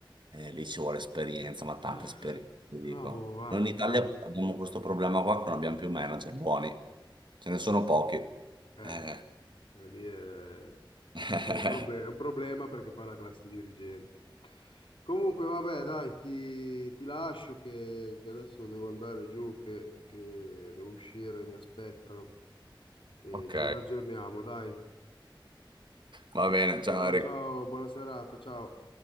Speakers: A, on the right; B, on the left.
A: eh, lì ci vuole esperienza, ma tanta
B: Eh,
A: esperienza, ti
B: Vabbò,
A: dico.
B: va,
A: Noi in Italia
B: guarda.
A: abbiamo questo problema qua che non abbiamo più manager buoni, ce ne sono pochi.
B: Eh,
A: Eh.
B: eh, lì è...
A: <laughs>
B: Sì, È un problema, è un problema perché poi è la classe dirigente. Comunque, vabbè, dai, ti, ti lascio che, che adesso devo andare giù, che, che devo uscire, mi aspettano. E
A: Ok.
B: ci raggiorniamo, dai.
A: Va bene, ciao
B: Ciao,
A: Eric.
B: ciao, buona serata, ciao.